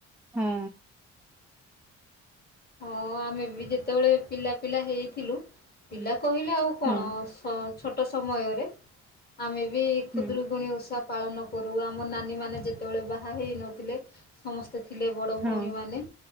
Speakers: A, in the centre; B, on the left.
A: ହଁ
B: ହଁ ଆମେ ବି ଯେତେବେଳେ ପିଲା ପିଲା ହେଇଥିଲୁ ପିଲା କହିଲେ ଆଉ କଣ
A: ହଁ
B: ସ ଛୋଟ ସମୟରେ ଆମେ ବି
A: ହୁଁ
B: ଖୁଦୁରୁକୁୁଣୀ ଓଷା ପାଳନ କରୁ ଆମ ନାନୀମାନେ ଯେତେବେଳେ ବାହା ହେଇନଥିଲେ, ସମସ୍ତେ ଥିଲେ ବଡ଼
A: ହଁ।
B: ଭଉଣୀମାନେ